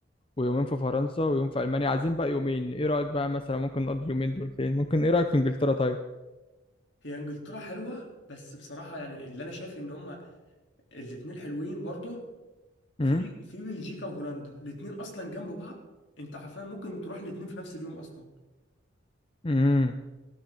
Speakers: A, on the left; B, on the left.
A: ويومين في فرنسا ويوم في المانيا عايزين بقى يومين ايه رايك بقى مثلا ممكن نقضي اليومين دول فين ممكن ايه رايك في انجلترا طيب
B: هي انجلترا حلوه بس بصراحه يعني اللي انا شايف ان هما الاتنين حلوين برضه في
A: امم
B: في بلجيكا وهولندا الاتنين اصلا جنب بعض انت حرفيا ممكن تروح الاتنين في نفس اليوم اصلا
A: امم